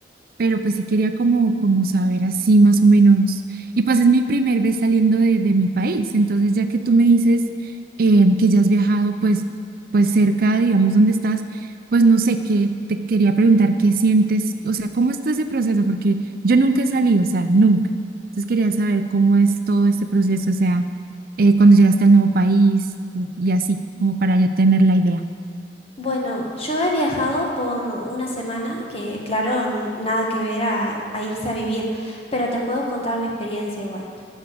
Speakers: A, on the right; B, on the left.
A: pero pues sí quería como, como saber así más o menos. Y pues es mi primer vez saliendo de, de mi país, entonces ya que tú me dices eh, que ya has viajado pues, pues cerca, digamos, donde estás, pues no sé, qué te quería preguntar qué sientes, o sea, cómo está ese proceso, porque yo nunca he salido, o sea, nunca. Entonces quería saber cómo es todo este proceso, o sea, eh, cuando llegaste al nuevo país y así, como para yo tener la idea.
B: Bueno, yo he viajado por una semana, que claro, n- nada que ver a, a irse a vivir, pero te puedo contar mi experiencia igual.